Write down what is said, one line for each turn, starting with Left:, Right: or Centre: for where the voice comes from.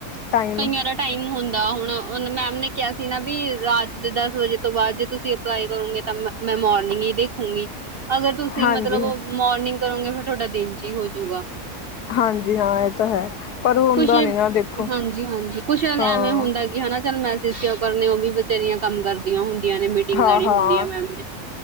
Left: ਟਾਈਮ
Right: ਕਈਆਂ ਦਾ ਟਾਈਮ ਹੁੰਦਾ ਹੁਣ ਉਨ ਮੈਮ ਨੇ ਕਿਹਾ ਸੀ ਨਾ ਵੀ ਰਾਤ ਦਸ ਵਜੇ ਤੋਂ ਬਾਅਦ ਜੇ ਤੁਸੀਂ ਅਪਲਾਈ ਕਰੋਗੇ ਤਾਂ ਮੈਂ ਮੋਰਨਿੰਗ ਹੀ ਦੇਖੂਗੀ ਅਗਰ ਤੁਸੀਂ
Left: ਹਾਂਜੀ
Right: ਮਤਲਬ ਓ ਮੋਰਨਿੰਗ ਕਰੋਂਗੇ ਫੇਰ ਤੁਹਾਡਾ ਦਿਨ ਚ ਈ ਹੋਜੂਗਾ।
Left: ਹਾਂਜੀ, ਹਾਂ ਇਹ ਤਾਂ ਹੈ। ਪਰ ਹੁੰਦਾ
Right: ਕੁਛ
Left: ਨੀ ਨਾ ਦੇਖੋ
Right: ਹਾਂਜੀ, ਹਾਂਜੀ, ਕੁਛ ਐਵੇਂ
Left: ਹਾਂ
Right: ਹੁੰਦਾ ਕਿ ਹਨਾ ਚੱਲ ਮੈਂ <unintelligible> ਕਰਨੇ ਉਹ ਵੀ ਬਚਾਰੀਆਂ ਕੰਮ ਕਰਦੀਆਂ ਹੁੰਦ ਨੇ ਮੀਟਿੰਗ
Left: ਹਾਂ
Right: ਲੈਣੀ
Left: ਹਾਂ
Right: ਹੁੰਦੀ ਆ ਮੈਮ ਨੇ।